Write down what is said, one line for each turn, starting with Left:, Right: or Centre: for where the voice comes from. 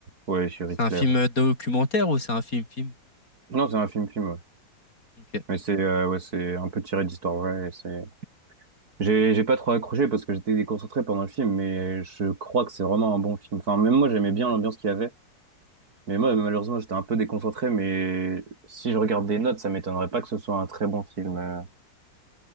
Right: ouais, sur
Left: C'est
Right: Hitler.
Left: un film euh, documentaire ou c'est un film-film?
Right: Non, c'est un film-film, ouais.
Left: Ok.
Right: Mais c'est, euh, ouais, c'est un peu tiré d'histoire, ouais. C'est, j'ai, j'ai pas trop accroché parce que j'étais déconcentré pendant le film, mais je crois que c'est vraiment un bon film. Enfin, même moi, j'aimais bien l'ambiance qu'il y avait. Mais moi, malheureusement, j'étais un peu déconcentré, mais si je regarde des notes, ça m'étonnerait pas que ce soit un très bon film. Euh,